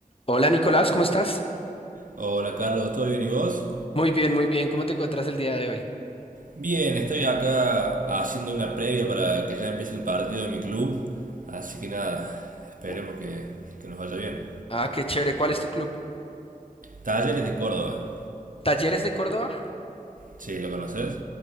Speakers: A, on the left; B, on the right.
A: Hola Nicolás, ¿cómo estás?
B: Hola Carlos, ¿todo bien y vos?
A: Muy bien, muy bien. ¿Cómo te encuentras el día de hoy?
B: Bien, estoy acá haciendo una previa para que ya empiece el partido de mi club, así que nada, esperemos
A: Oh.
B: que, que nos vaya bien.
A: Ah, qué chévere. ¿Cuál es tu club?
B: Talleres de Córdoba,
A: ¿Talleres de Córdoba?
B: sí, ¿lo conoces?